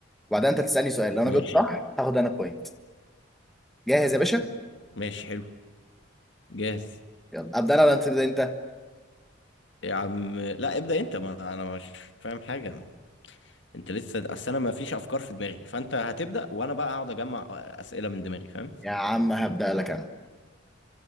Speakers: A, in the centre; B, on the left.
A: وبعدين انت تسالني سؤال لو انا
B: ماشي
A: جاوبت صح هاخد انا بوينت جاهز يا باشا
B: ماشي حلو جاهز
A: يلا ابدا انا ولا تبدا انت
B: يا عم لا ابدأ انت ما انا مش فاهم حاجة انت لسه اصل انا ما فيش افكار في دماغي فانت هتبدأ وانا بقى هقعد اجمع اسئلة من دماغي فاهم
A: يا عم هبدا لك انا